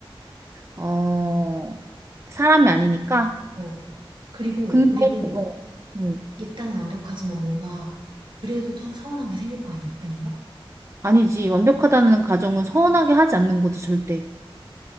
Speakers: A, on the right; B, on the right.
A: 어, 사람이 아니니까.
B: 어. 그리고,
A: 근데,
B: 그리고
A: 어, 음.
B: 얘 딴엔 완벽하지만 뭔가 그래도 더 서운한 게 생길 거 아니야. 아닌가?
A: 아니지. 완벽하다는 가정은 서운하게 하지 않는 거지, 절대.